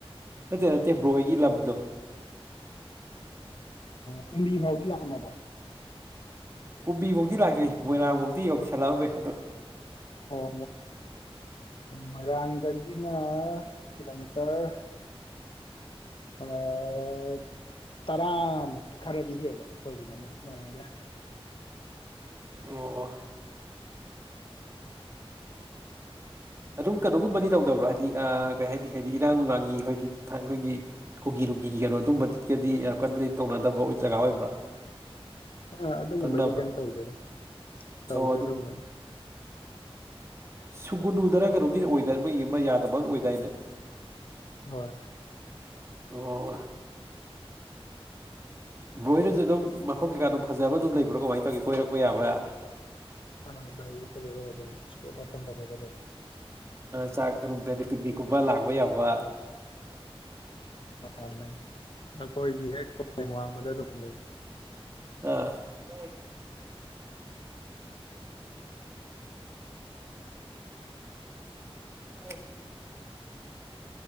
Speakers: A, on the right; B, on the left.
A: ꯅꯠꯇꯦ ꯅꯠꯇꯦ ꯕ꯭ꯔꯣ ꯍꯣꯏꯒꯤ ꯂꯝꯗꯣ
B: ꯀꯨꯝꯕꯤ ꯐꯥꯎꯒꯤ ꯌꯧꯔꯝꯃꯕꯔꯥ
A: ꯀꯨꯝꯕꯤ ꯐꯧꯗꯤ ꯂꯥꯛꯇ꯭ꯔꯤ ꯃꯣꯏꯔꯥꯡꯐꯧꯗꯤ ꯌꯧꯁꯜꯂꯛ ꯑꯃꯦ
B: ꯑꯣ ꯃꯣꯏꯔꯥꯡꯗꯒꯤꯅ ꯀꯤꯂꯣꯃꯤꯇꯔ ꯇ꯭ꯔ ꯑꯥ ꯇꯔꯥ ꯃꯨꯛ ꯈꯪꯗꯦꯌꯦ ꯑꯩꯈꯣꯏꯒꯤꯅ ꯑꯃꯨꯛ ꯃꯣꯏꯔꯥꯡꯗꯩ ꯍꯥꯏꯊꯕ
A: ꯑꯣ ꯑꯗꯨꯝ ꯀꯩꯅꯣꯒꯨꯝꯕꯗꯤ ꯇꯧꯗꯕ꯭ꯔꯣ ꯍꯥꯏꯗꯤ ꯀꯩ ꯍꯥꯏꯅꯤ ꯍꯥꯏꯗꯤ ꯏꯔꯥꯡ ꯅꯨꯡꯂꯥꯡꯒꯤ ꯍꯥꯏꯗꯤ ꯑꯩꯈꯣꯏꯒꯤ ꯀꯨꯀꯤ ꯅꯨꯡꯒꯤꯒꯤ ꯀꯩꯅꯣ ꯑꯗꯨꯝꯕꯒꯗꯤ ꯌꯥꯝ ꯀꯟꯅꯗꯤ ꯇꯧꯅꯗꯕ ꯖꯒꯥ ꯑꯣꯏꯕ꯭ꯔꯥ
B: ꯑꯥ ꯑꯗꯨꯒꯨꯝꯕꯗꯤ
A: ꯇꯛꯅꯕ꯭ꯔꯥ
B: ꯀꯩꯝ ꯇꯧꯗꯦꯗ ꯇꯧꯗꯦ
A: ꯑꯣ
B: ꯑꯗꯨꯒꯨꯝꯕꯗꯤ
A: ꯁꯨꯒꯨꯅꯨꯗꯅ ꯀꯩꯅꯣꯝꯅꯤ ꯑꯣꯏꯗ ꯃꯩ ꯑꯃ ꯌꯥꯗꯕ ꯑꯣꯏꯗꯥꯏꯅꯦ
B: ꯍꯣꯏ
A: ꯑꯣ ꯃꯣꯏꯅꯁꯨ ꯑꯗꯨꯝ ꯃꯐꯝ ꯀꯩꯀꯥ ꯑꯗꯨꯝ ꯐꯖꯕ ꯑꯗꯨꯝ ꯂꯩꯕ꯭ꯔꯣ ꯀꯃꯥꯏꯅ ꯇꯧꯒꯦ ꯀꯣꯏꯔꯛꯄ ꯌꯥꯕ
B: ꯑꯥꯏ ꯗꯦꯏ ꯐꯖꯕ ꯑꯗꯨꯝ ꯑꯁꫭꯝꯗꯥ ꯃꯐꯝ ꯐꯥꯖꯕ ꯑꯃꯥ ꯂꯩ
A: ꯆꯥꯛ ꯄꯤꯛꯅꯤꯛꯀꯨꯝꯕ ꯂꯥꯛꯄ ꯌꯥꯕ
B: ꯑ ꯂꯩ ꯑꯩꯈꯣꯏꯒꯤ ꯍꯦꯛ ꯋꯥꯡꯕꯗ ꯑꯗꯨꯝ ꯂꯩ
A: ꯑꯥ <unintelligible> ꯑ ꯑꯣꯀꯦ